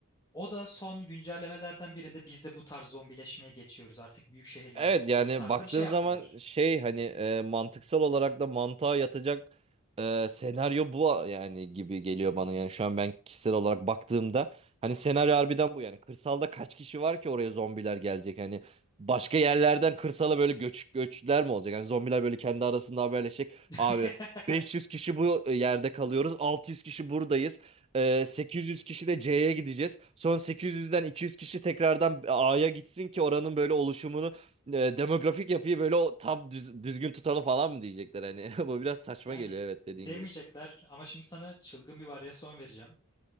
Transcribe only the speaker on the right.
Evet
yani
baktığın
zaman
şey hani e, mantıksal olarak da mantığa yatacak e, senaryo bu a- yani gibi geliyor
bana yani şu an ben kişisel olarak baktığımda hani senaryo harbiden bu yani kırsalda kaç kişi var ki oraya zombiler gelecek hani başka yerlerden kırsala böyle göç göçler mi olacak yani zombiler böyle kendi arasında haberleşecek
abi 500 kişi bu yerde kalıyoruz 600 kişi buradayız e, 800 kişi de C'ye gideceğiz. Sonra 800'den 200 kişi tekrardan A'ya gitsin ki oranın böyle oluşumunu e, demografik yapıyı böyle o tam düz- düzgün tutalım falan mı diyecekler hani. <laughs> Bu biraz saçma
geliyor evet dediğin
gibi.